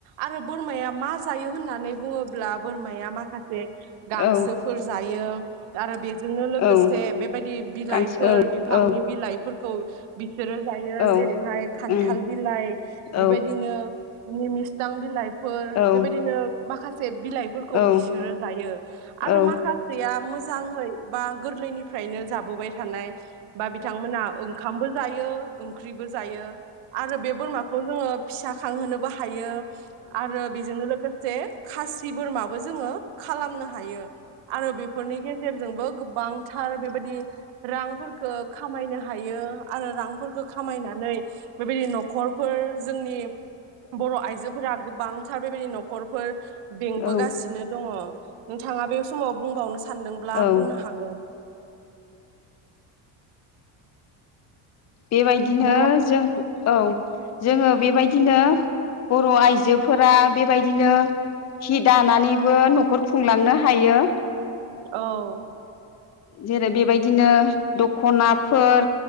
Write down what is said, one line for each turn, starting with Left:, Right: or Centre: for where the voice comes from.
Right: आरो बोरमाया मा जाय नै बुङोब्ला बोरमाया माखासे गांसोफोर
Left: औ
Right: जायो आरो बे जोंनो लोगोसे
Left: औ
Right: बेबायदि बिलाइफोर
Left: गांसो
Right: बिफांनि
Left: औ
Right: बिलाइफोरखौ बिसोरो जायो
Left: औ
Right: जेरैहाय खान्थाल
Left: उम
Right: बिलाइ
Left: औ
Right: बेबायदिनो निम मिस्तां बिलाइ फोर
Left: औ
Right: बेबायदिनो माखासे से बिलाइफोरखौ
Left: औ उम
Right: बिसोरो जायो आरो
Left: औ
Right: माखासेया मोजाङै बा गोरलैनिफ्रायनो जाब बोबाय थानाय बा बिथांमोना ओंखामबो जाय यो ओंख्रिबो जायो आरो बे बोरमा बेखौ जोङो फिसा खांहोनोबो हा हायो आरो बेजोंनो लोगो से खासि बोरमाबो जोङो खालामनो हायो आरो बेफोरनि गेजे रजोंबो गोबांथार बेबायदि रांफोरखौ खामायनो हा हायो आरो रांफोरखौ खामायनानै बेबायदि न'खरफोर जोंनि बर' आयजोफोरा गोबांथा बेबायदि न' खफोर बेंबोगासिनो
Left: औ
Right: दङ नोंथाङा बे समाव बुंबावनो सा सानदोंब्ला
Left: औ
Right: बुंनो हागोन <inaudible>
Left: बेबायदिनो
Right: बर' औ
Left: जों औ जोङो बेबायदिनो बर' आयजोफोरा बेबायदिनो हि दानानैबो न'खर खुंलांनो हायो
Right: औ
Left: जेरै बेबायदिनो दख'नाफोर